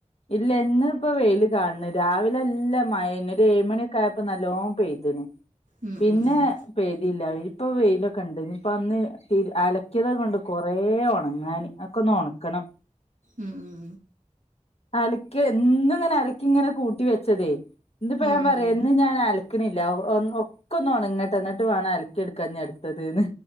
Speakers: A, on the left (about 50°); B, on the right (about 85°).
A: ഇല്ല, ഇന്ന് ഇപ്പ വെയില് കാണത്. രാവിലെ നല്ല മഴ ന്ന് ഒരു ഏഴുമണി ഒ ക്കെ ആയപ്പോ നല്ലോണം പെയ്തിന്.
B: ഉം,
A: പിന്നെ
B: ഉം, ഉം.
A: പേതില്ല ഇപ്പോ വെയിലൊക്കണ്ട്. ഇനി ഇപ്പ ഇന്ന് തി അലക്കിയത് ഒക്കെണ്ട് കുറേ ഉണങ്ങാൻ. അ ഒക്കന്ന് ഒണക്കണം.
B: ഉം ഉം
A: അലക്കി എന്നും ഇങ്ങനെ അലക്കി ഇങ്ങനെ കൂട്ടി വെച്ചതേ? ഇന്ന്പ്പ
B: ഉം,
A: ഞാൻ പറയാ
B: ഉം.
A: ന്ന് ഞാൻ അല ണ്ല്ല ഒക്കെ ഒന്ന് ഓണങ്ങട്ടെ, എന്നിട്ട് വേണം അലക്കി എടുക്കാ ഞ്ഞി അടുത്തത്. ന്ന്